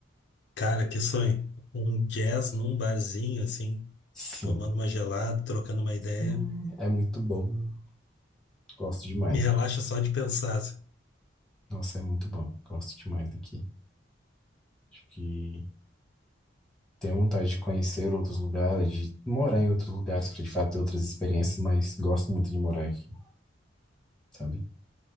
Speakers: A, on the left (about 65°); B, in the centre.
A: Cara, que sonho. Um jazz num barzinho assim,
B: Sim,
A: tomando uma gelada, trocando uma ideia.
B: Hum, é muito bom. Gosto demais.
A: Me relaxa só de pensar. assim.
B: Nossa, é muito bom. Gosto demais daqui. Acho que tenho vontade de conhecer outros lugares, de morar em outros lugares para de fato ter outras experiências, mas gosto muito de morar aqui, sabe?